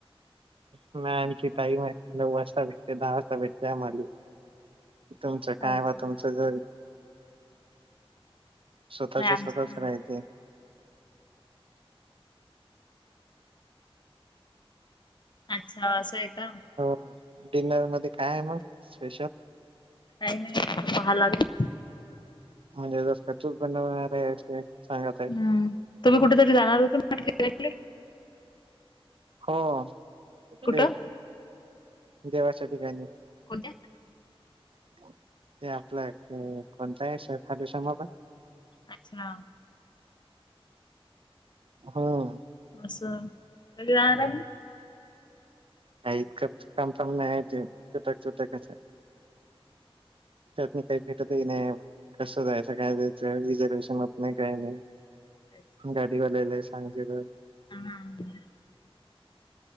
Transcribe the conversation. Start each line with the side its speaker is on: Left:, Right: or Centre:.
Right: नाही आणखी टाईमे. नऊ वाजता भेटते, दहा वाजता भेटते आम्हाली. तुमचं काय
Left: अच्छा
Right: बा, तुमचं जरी स्वतःच्या
Left: नाही आमचं
Right: स्वतःच
Left: झालं.
Right: राहते.
Left: अच्छा असंय का?
Right: ह. डिनर मध्ये काये मग स्पेशल?
Left: काही नाहीये. पाहा लागन.
Right: म्हणजे जस काय तूच बनवणारे. असे सांगत आहे.
Left: हम्म तुम्ही कुठेतरी <inaudible>
Right: हो ते
Left: कुठं
Right: देवा च्या ठिकाणी.
Left: कोणत्या
Right: ते आपल्या काय कोणताय खाटूशाम बाबा.
Left: अच्छा
Right: हम्म.
Left: असं कधी जाणार आहे मग?
Right: हाय इतक पण नाही चागल. ते तुटकतुटकचे. त्यात भी काही समजत नाही. कस जायच काय जायच. रिझर्वेशन होत नाही काय नाही.
Left: अच्छा
Right: गाडीवालेलेय सांगता येत.
Left: ह ह.